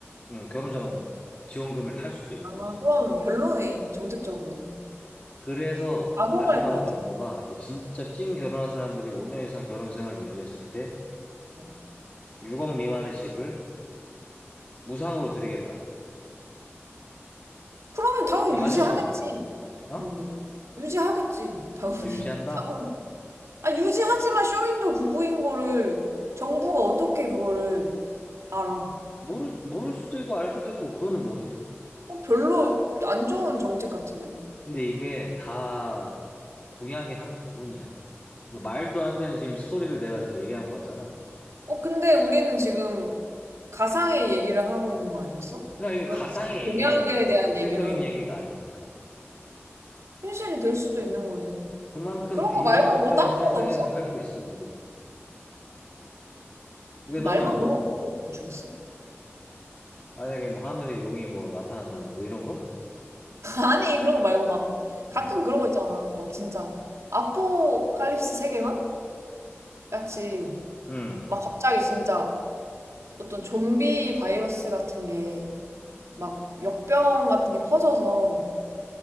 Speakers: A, on the left (about 35°); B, on the right (about 85°).
A: 음, 결혼자금 지원금을 탈 수도 있는
B: 아,
A: 거지.
B: 그럼 별로네, 정책적으로.
A: 그래서
B: 악용할
A: 마지막으로
B: 것
A: 정부가
B: 같아.
A: 이제 진짜 찐 결혼한 사람들이 5년 이상 결혼 생활을 유지했을 때
B: 어.
A: 6억 미만의 집을 무상으로 드리겠다.
B: 그러면 당연히
A: 이게 마지막
B: 유지하겠지.
A: 질문이야. 어?
B: 뭔데? 유지하겠지, 당연히.
A: 아, 유지한다?
B: <laughs> 당연히. 아, 유지하지만 쇼윈도 부부인 거를 정부가 어떻게 그거를 알아?
A: 모르, 모를 수도 있고 알 수도 있고 그거는 모르지.
B: 어, 별로 안 좋은 정책 같은데?
A: 근데 이게 다 공약의 한 부분이야. 그러니까 말도 안 되는 지금 스토리를 내가 지금 얘기한 거 같잖아.
B: 어, 근데 우리는 지금 가상의 얘기를 하고 있는 거 아니었어?
A: 그러니까 이게
B: 왜
A: 가상의
B: 갑자기 공약에
A: 얘기야지
B: 대한
A: 현실적인
B: 얘기를 하는 거야?
A: 얘기가 아니니까.
B: 현실이 될 수도 있는 거지.
A: 그만큼
B: 그런
A: 비현실적인
B: 거 말고 뭐 딴
A: 세상에서
B: 건 없어?
A: 살고 있어, 우리도. 근데
B: 말만
A: 너는 뭐,
B: 그러고 또 주겠어?
A: 만약에 뭐 하늘에 용이 뭐 나타난다면 뭐 이런 거?
B: 아니 그런 거 말고 막 가끔
A: 응.
B: 그런 거 있잖아 막 진짜 아포칼립스 세계관 같이
A: 응.
B: 막 갑자기 진짜 어떤 좀비 바이러스 같은 게 막 역병 같은 게 퍼져서